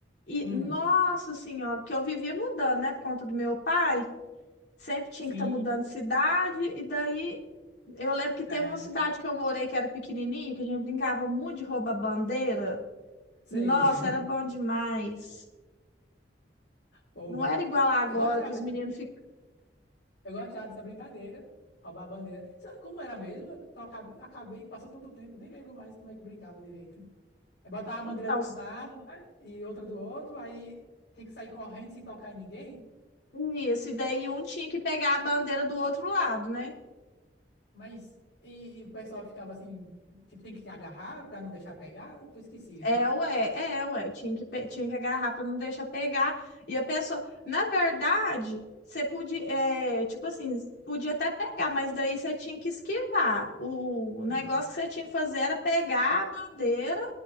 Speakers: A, on the left; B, on the left.
A: E,
B: Hum,
A: nossa senhora, porque eu vivia mudando, né, por conta do meu pai. Sempre tinha
B: sim,
A: que estar mudando de cidade. E daí, eu lembro que teve
B: é,
A: uma cidade que eu morei que era pequenininha, que a gente brincava muito de rouba-bandeira.
B: sei.
A: Nossa,
B: <laughs>
A: era bom demais.
B: Ô,
A: Não
B: bem.
A: era igual agora
B: Eu gostava
A: que os
B: dessa,
A: meninos
B: brin-
A: ficam.
B: eu gostava dessa brincadeira, roubar a bandeira. Sabe como era mesmo? Eu tô- acabei, acabei que passou tanto tempo, nem lembro mais como é que brincava direito. Aí botava a
A: Então,
B: bandeira de um lado, né? E outra do outro, aí tem que sair correndo sem tocar em ninguém.
A: isso, e daí um tinha que pegar a bandeira do outro lado, né?
B: Mas e, e o pessoal ficava assim, tipo, tem que agarrar pra não deixar pegar? Tô esquecido.
A: É, ué, é, ué. Tinha que, pe- tinha que agarrar para não deixar pegar. E a pessoa, na verdade, você podia, é, tipo assim, podia até pegar, mas daí você tinha que esquivar. O, o negócio
B: Sim.
A: que você tinha que fazer era pegar a bandeira